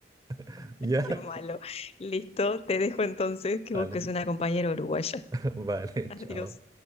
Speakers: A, on the right (about 20°); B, on the left (about 35°).
A: <laughs> ¿Ya?
B: Qué malo. Listo, te dejo entonces que
A: Vale,
B: busques una compañera uruguaya.
A: <laughs> vale,
B: Adiós.
A: chao.